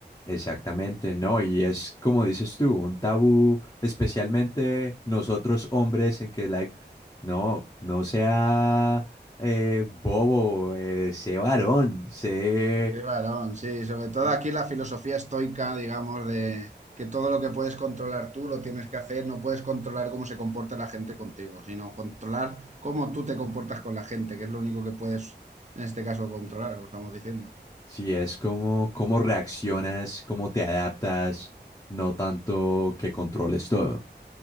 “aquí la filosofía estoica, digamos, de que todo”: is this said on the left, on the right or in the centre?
Right